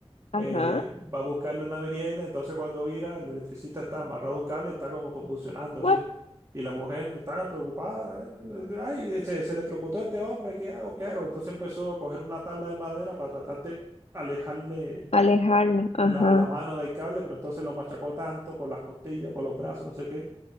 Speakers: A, on the left; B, on the right.
A: Ajá.
B: eh, va a buscarle una merienda, entonces cuando vira, el electricista está amarrado a un cable, está como convulsionando así.
A: What?
B: Y la mujer estaba preocupada. eh, Ay, se, se electrocutó este hombre, ¿qué hago? ¿Qué hago? Entonces empezó a coger una tabla de madera para tratar de alejarle
A: Alejarlo. Ajá.
B: la, la mano del cable, pero entonces lo machacó tanto por las costillas, por los brazos, no sé qué